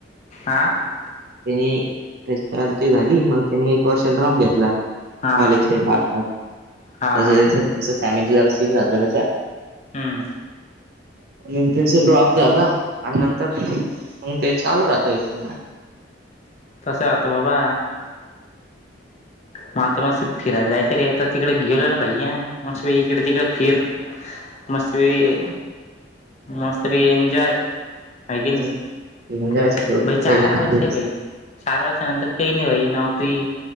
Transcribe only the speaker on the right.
हे त्याची टाल ते झाली मगं त्यानी एक वर्षाचा ड्रॉप घेतला
कॉलेज हे पाहत पात.
त्याच
हे जसं स फॅमिली जरा सीन झालता त्याच्या.
म्हणून त्याचा ड्रॉप झाला आणि नंतर मगं ते चालू राहत <unintelligible>
इथून
जायचं सोडून
पहिले
अभ्यास